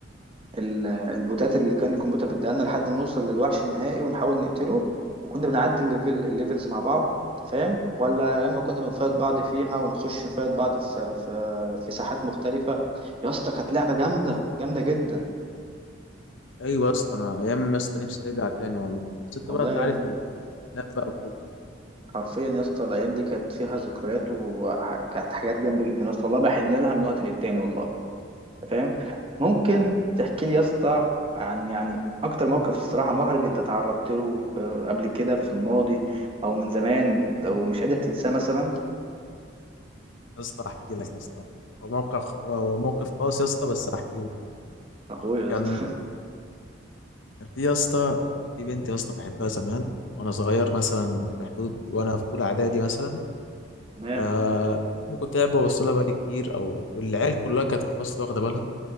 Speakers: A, on the right; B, on the left.
A: ال- البوتات اللي كان الكمبيوتر بيديها لنا لحد ما نوصل للوحش النهائي ونحاول نقتله وكنا بنعدي الليفل الليفلز مع بعض انت فاهم ولا يا اما كنا بنفايت بعض فيها ونخش نفايت بعض في في في ساحات مختلفة يا اسطى كانت لعبة جامدة جامدة جدا
B: ايوه يا اسطى انا ايام يا اسطى نفسي ترجع تاني والله بس انت
A: والله
B: بقى انت عارف الخلاف بقى وكده
A: حرفيا يا اسطى الايام دي كانت فيها ذكريات وكانت حاجات جامدة جدا يا اسطى والله بحن لها من وقت للتاني والله أنت فاهم ممكن تحكي لي يا اسطى عن يعني اكتر موقف الصراحه محرج انت تعرضت له في قبل كده في الماضي او من زمان او مش قادر تنساه مثلا
B: يا اسطى احكي لك يا اسطى يعني هو موقف هو موقف خاص يا اسطى بس احكي لك
A: اخويا يا
B: كان
A: اسطى <laughs>
B: كان في يا اسطى كان في بنت يا اسطى بحبها زمان وانا صغير مثلا في حدود وانا في اولى اعدادي مثلا
A: تمام
B: ف كنت قاعد ببص لها بقالي كتير او والعيال كلها كانت في الفصل واخده بالها